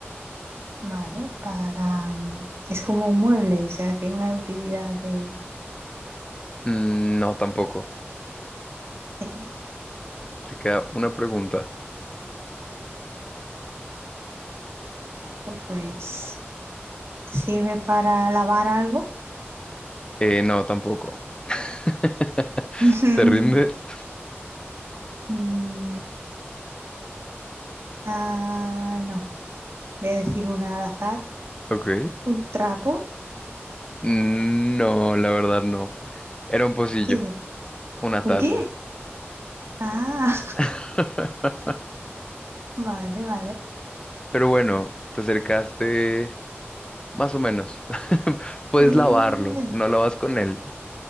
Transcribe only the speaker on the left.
mm, no tampoco.
Te queda una pregunta.
Eh, no, tampoco. <laughs>
¿Te rindes?
Ok.
Mm, No, la verdad no. Era un pocillo,
una
taza.
<laughs>
Pero bueno, te acercaste más o menos. <laughs> Puedes
lavarlo, no lavas con él.